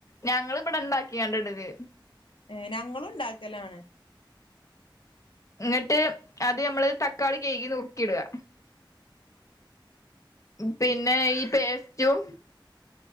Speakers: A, on the left (about 40°); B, on the left (about 90°).
A: ഞങ്ങ ഇവിടെ ഇണ്ടാക്കിയണ്ട ഇടത്
B: ഏ ഞങ്ങളും ഉണ്ടാക്കലാണ്
A: എന്നങ്ങിട്ട് അത് നമ്മള് തക്കാളി കേഴ്കി നുറുക്കിടുക പിന്നെ ഈ പേസ്റ്റും